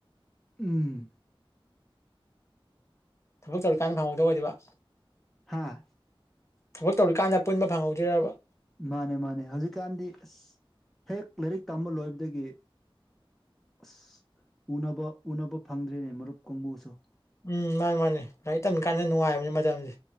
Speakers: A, in the centre; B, on the left.
A: ꯎꯝ꯫
B: ꯊꯕꯛ ꯇꯧꯔꯤꯀꯥꯟꯗ ꯐꯪꯍꯧꯗ ꯑꯣꯏꯗꯕ꯫
A: ꯑꯥ꯫
B: ꯊꯕꯛ ꯇꯧꯔꯤꯀꯥꯟꯗ ꯄꯨꯟꯕ ꯐꯪꯍꯧꯗ꯭ꯔꯤꯔꯥꯕꯥ꯫
A: ꯃꯥꯅꯦ ꯃꯥꯅꯦ ꯍꯧꯖꯤꯛꯀꯥꯟꯗꯤ ꯑꯁ꯫ ꯍꯦꯛ ꯂꯥꯏꯔꯤꯛ ꯇꯝꯕ ꯂꯣꯏꯕꯗꯒꯤ꯫ ꯑꯁ ꯎꯅꯕ ꯎꯅꯕ ꯐꯪꯗ꯭ꯔꯤꯅꯦ ꯃꯔꯨꯞ ꯀꯡꯕꯨꯁꯨ꯫
B: ꯎꯝ ꯃꯥꯅꯤ ꯃꯥꯅꯤ ꯂꯥꯏꯔꯤꯛ ꯇꯝꯃꯤ ꯀꯥꯟꯗ ꯅꯨꯡꯉꯥꯏꯕꯅꯤ ꯃꯇꯝꯗꯤ꯫